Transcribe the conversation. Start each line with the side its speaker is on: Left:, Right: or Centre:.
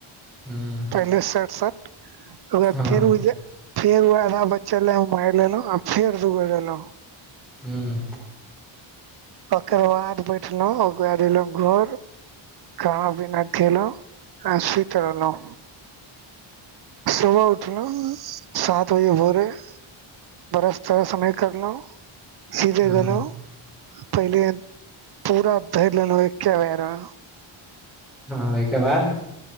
Centre: हूँ
Right: पहिले साठ सठ ओ
Centre: हँ
Right: फेर ओ फेर ओ आधा बच्चले मारि लेलहु। फेर दूगे लेलो
Centre: हूँ।
Right: ओकर बाद बैठलहु ओकरा बाद एलहु घर। खाना पीना खेलू आ स्वीत रहलू सुबह उठल सात बजे भोरे। बरस तरस सब करलू। सीधे
Centre: हँ
Right: गनो पहिले पूरा धै लनै एके बेर मे
Centre: हँ ओहिके बाद।